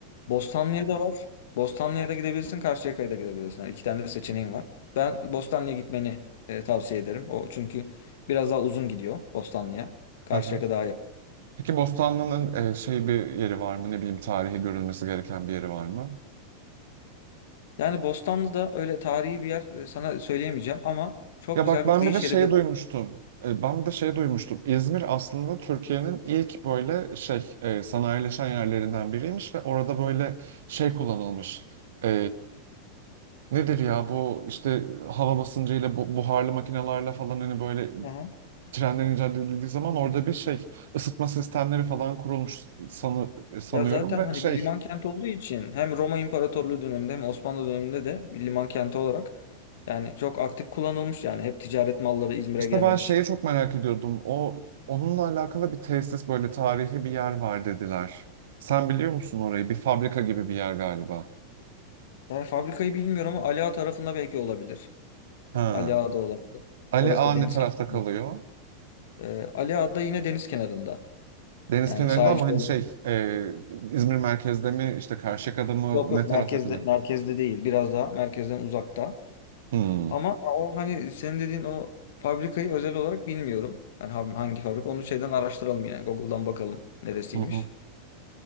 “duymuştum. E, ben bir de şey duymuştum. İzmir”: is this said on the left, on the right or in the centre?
Right